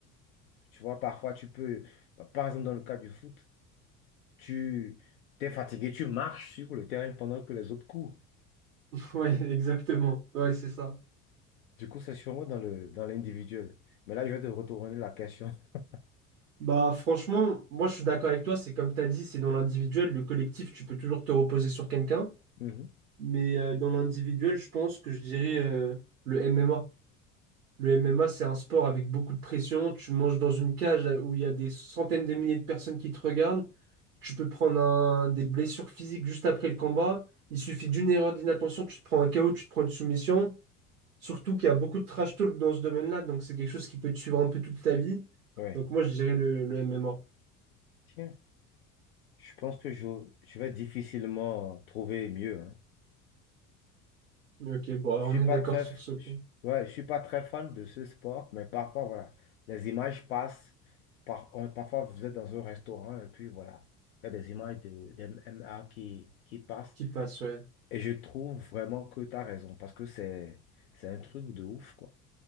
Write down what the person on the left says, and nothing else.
tu vois, parfois tu peux, par exemple dans le cas du foot, tu t'es fatigué, tu marches sur le terrain pendant que les autres courent.
Du coup, c'est sûrement dans le dans l'individuel. Mais là, je vais te retourner la question. <laughs>
Mhm.
Ouais.
Tiens, je pense que je, je vais difficilement trouver mieux. hein.
Je
suis pas
très,
f-
je- ouais, je suis pas très fan de ce sport, mais parfois, voilà, les images passent. Par, on- parfois, vous êtes dans un restaurant et puis voilà, il y a des images de, d'MMA qui, qui passent.
Et je trouve vraiment que tu as raison parce que c'est, c'est un truc de ouf, quoi.